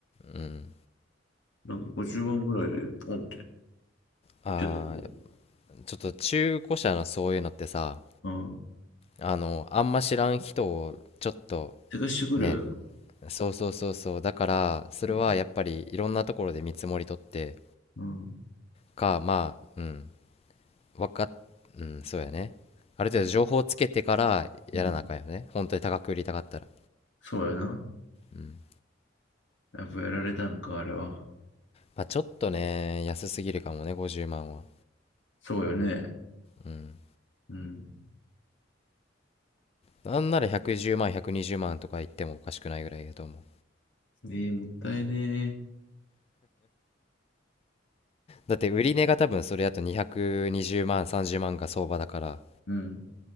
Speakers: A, on the left; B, on the left.
A: うん。
B: なんか50万ぐらいでポンって
A: あ
B: 売ってたんだよ。
A: ー、ちょっと中古車のそういうのってさ、
B: うん。
A: あの、あんま知らん人をちょっと
B: 手貸してくるよな。
A: ね、そうそうそうそう。だから、それはやっぱりいろんなところで見積もり取って
B: うん。うん
A: か、まあ、うん、わかっ、うん、そうやね。ある程度情報つけてからやらなあかんよね。
B: うん
A: 本当に高く売りたかったら。
B: そうよな。
A: うん
B: やっぱやられたんか、あれは。
A: まあ、ちょっとね、安すぎるかもね、50万は。
B: そうよね。
A: うん。
B: うん。
A: なんなら110万、120万とか言ってもおかしくないぐらいだと思う。
B: ええ、もったいねえ。
A: だって売り値が多分それだと220万、30万が相場だから、
B: うん。